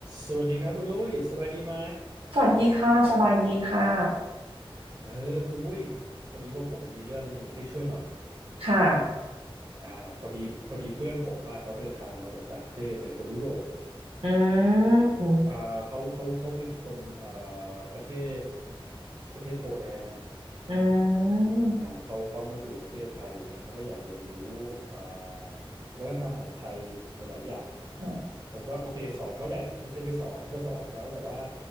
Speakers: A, on the right; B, on the right.
A: สวัสดีครับคุณอุ้ยสบายดีไหม
B: สวัสดีค่ะสบายดีค่ะ
A: เออคุณอุ้ยพอดีว่าผมมีเรื่องให้ช่วยหน่อย
B: ค่ะ
A: อ่าพอดีพอดีเพื่อนผมมาเขาเดินทางมาจากต่างประเทศเป็นคนยุโรป
B: อืม
A: อ่าเขาเขาเขาเป็นคนอ่าประเทศประเทศโปแลนด์
B: อืม
A: อ่าเขาเขามาอยู่ประเทศไทยอย่างเงี้ยเขาก็อยากเรียนรู้อ่าวัฒนธรรมของไทยหลายๆอย่าง
B: ค่ะ
A: ผมก็โอเคสอนเขาแหละไม่ใช่ไม่สอนก็สอนเขาแต่ว่า